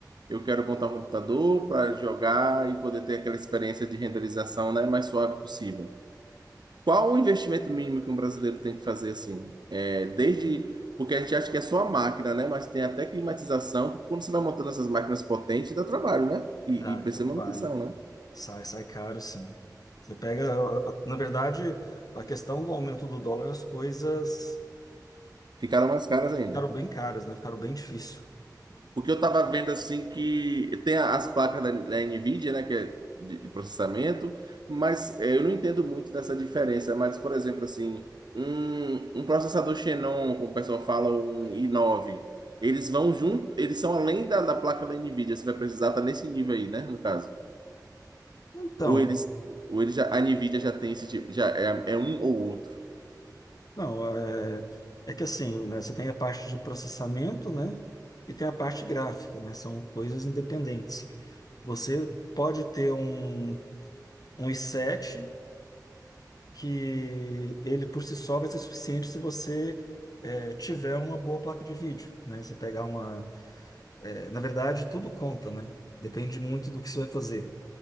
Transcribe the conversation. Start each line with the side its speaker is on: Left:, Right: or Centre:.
Right: Eu quero montar um computador para jogar e poder ter aquela experiência de renderização, né, mais suave possível. Qual o investimento mínimo que um brasileiro tem que fazer assim? É, desde porque a gente acha que é só a máquina, né? Mas tem até climatização, porque quando você vai montando essas máquinas potentes, dá trabalho, né? E,
Left: Dá,
Right: e
Left: dá
Right: precisa
Left: trabalho.
Right: de manutenção, né?
Left: Sai, sai caro, sim. Você pega, na verdade, a questão do aumento do dólar, as coisas
Right: Ficaram mais caras ainda.
Left: ficaram bem caras, né? Ficaram bem difícil.
Right: Porque eu tava vendo assim que tem a- as placas da, da Nvidia, né, que é de, de processamento, mas eh, eu não entendo muito dessa diferença. Mas, por exemplo, assim, um, um processador Xenon, como o pessoal fala, um i9, eles vão junto, eles são além da, da placa da Nvidia, você vai precisar tá nesse nível aí, né, no caso.
Left: Então,
Right: Ou eles, ou eles já, a Nvidia já tem esse tipo, já é, é um ou outro.
Left: não, é, é que assim, né? Você tem a parte de processamento, né? E tem a parte gráfica, né? São coisas independentes. Você pode ter um, um i7 que ele por si só vai ser suficiente se você é, tiver uma boa placa de vídeo, né? Você pegar uma, é, na verdade, tudo conta, né? Depende muito do que você vai fazer.